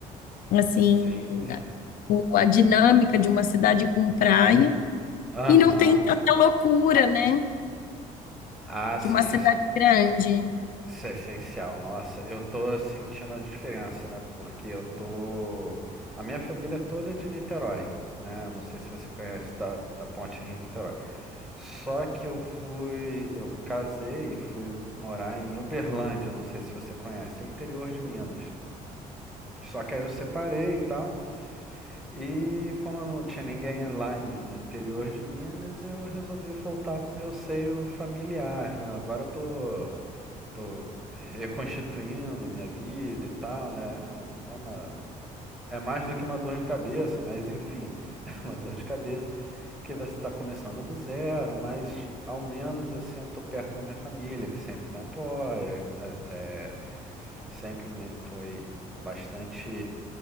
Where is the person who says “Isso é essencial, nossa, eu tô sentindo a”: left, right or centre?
Centre